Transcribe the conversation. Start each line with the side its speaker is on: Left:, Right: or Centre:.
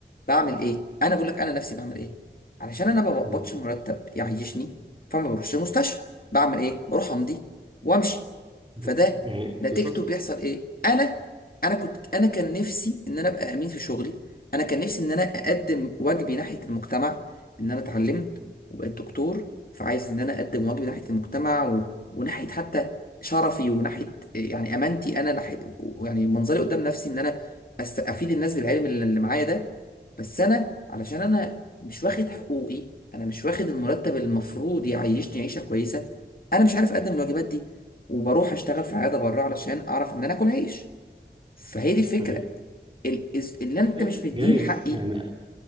Left: بعمل ايه انا بقول لك انا نفسي بعمل ايه علشان انا ما بقبضش
Right: مم.
Left: مرتب يعيشني فما بروحش المستشفى بعمل ايه بروح امضي وامشي
Right: ب...
Left: فده
Right: يعني
Left: نتيجته
Right: بالظبط
Left: بيحصل ايه انا انا كنت انا كان نفسي ان انا ابقى امين في شغلي انا كان نفسي ان انا اقدم واجبي ناحية المجتمع ان انا اتعلمت وبقيت دكتور فعايز ان انا اقدم واجبي ناحية المجتمع و... وناحية حتى شرفي وناحية يعني امانتي انا ناحية يعني منظري قدام نفسي ان انا أست- افيد الناس بالعلم اللي اللي معايا ده بس انا علشان انا مش واخد حقوقي انا مش واخد المرتب اللي المفروض يعيشني عيشه كويسه انا مش عارف اقدم الواجبات دي وبروح اشتغل في عياده بره علشان اعرف ان انا اكل عيش فهي دي الفكره
Right: حقيقي
Left: ال- إز- اللي انت
Right: جاي-
Left: مش مديني
Right: جايز
Left: حقي
Right: يعني